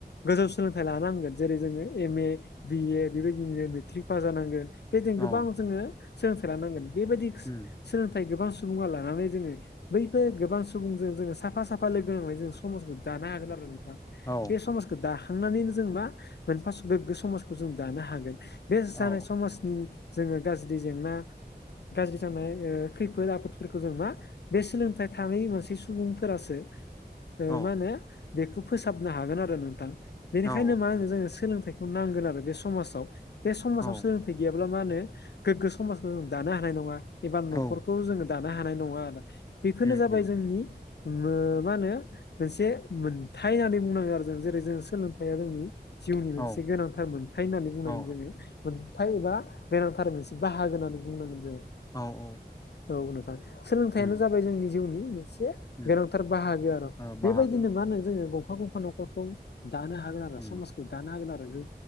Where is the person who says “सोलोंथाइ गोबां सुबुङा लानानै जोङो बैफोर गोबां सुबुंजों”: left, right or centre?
Left